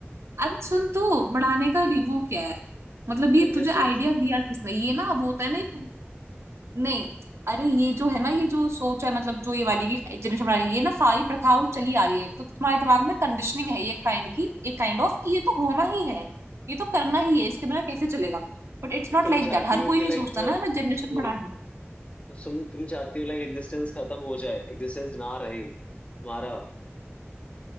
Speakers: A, on the right; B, on the left.
A: अरे सुन तो बढ़ाने का री-
B: हाँ
A: वो क्या है मतलब ये
B: एग्जिस्टेंस
A: तुझे आइडिया दिया किसने ये ना अब होता है ना एक नहीं अरे ये जो है ना ये जो सोच है मतलब जो ये वाली की जनरेशन बना रही है ये ना सारी प्रथाओं चली आ रही है तो तुम्हारे दिमाग में कंडीशनिंग है ये काइंड की एक काइंड ऑफ कि ये तो होना ही है ये तो करना ही है इसके बिना कैसे चलेगा But it's
B: तो
A: not
B: तुम
A: like
B: चाहती
A: that हर
B: हो
A: कोई
B: कि
A: नहीं
B: लाइक
A: सोचता ना मैं जनरेशन
B: सुनो सुनो
A: बढ़ानी है
B: तो तुम तुम चाहती हो लाइक एग्जिस्टेंस खत्म हो जाए एग्जिस्टेंस ना रहे तुम्हारा